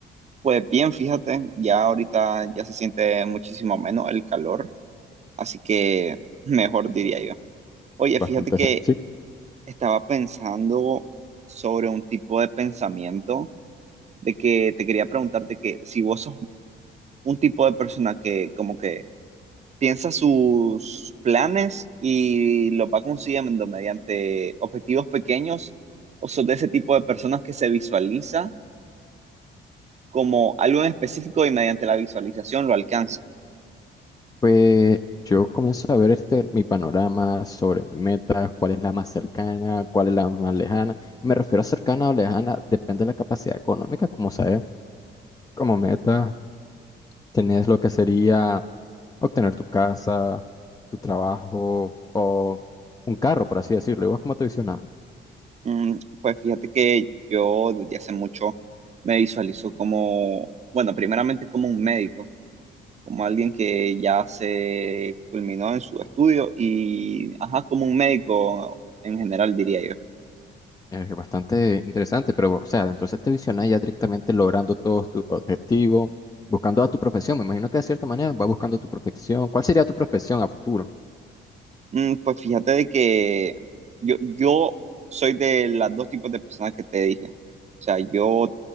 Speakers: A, on the right (about 35°); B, on the left (about 20°).
A: Pues bien, fíjate, ya ahorita ya se siente muchísimo menos el calor, así que <laughs> mejor diría yo. Oye,
B: Bastante
A: fíjate que
B: fresco. Sí,
A: estaba pensando sobre un tipo de pensamiento de que te quería preguntarte que si vos sos un tipo de persona que como que piensa sus planes y los va consiguiendo mediante objetivos pequeños, o sos de ese tipo de personas que se visualiza como algo en específico y mediante la visualización lo alcanza.
B: pues yo comienzo a ver este, mi panorama sobre metas, cuál es la más cercana, cuál es la más lejana. Me refiero a cercana o lejana, depende de la capacidad económica, como sabes. Como meta, tenés lo que sería... obtener tu casa, tu trabajo o un carro, por así decirlo. ¿Y vos cómo te visionás?
A: Mm, Pues fíjate que yo desde hace mucho me visualizo como, bueno, primeramente como un médico, como alguien que ya se culminó en su estudio y, ajá, como un médico en general, diría yo.
B: Es bastante interesante, pero, o sea, entonces te visionás ya directamente logrando todos tus objetivos, buscando a tu profesión. Me imagino que de cierta manera vas buscando tu profesión. ¿Cuál sería tu profesión a futuro?
A: Mm, Pues fíjate de que yo, yo soy de las dos tipos de personas que te dije. O sea, yo